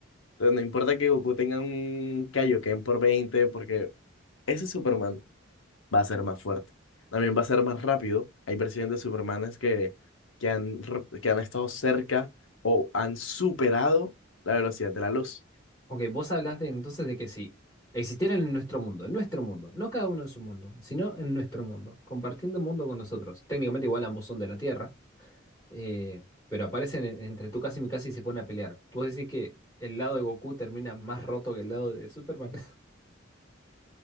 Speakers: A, on the left; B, on the left.
A: Entonces, No importa que Goku tenga un Kaioken por 20, porque ese es Superman va a ser más fuerte. También va a ser más rápido. Hay versiones de Supermanes que, que han, r- que han estado cerca o han superado la velocidad de la luz.
B: Ok, vos hablaste entonces de que sí, existieran en nuestro mundo, en nuestro mundo, no cada uno en su mundo, sino en nuestro mundo, compartiendo mundo con nosotros. Técnicamente igual ambos son de la Tierra, eh, pero aparecen en- entre Tsukasa y Mikasa y se ponen a pelear. ¿Vos decís que el lado de Goku termina más roto que el lado de Superman? <laughs>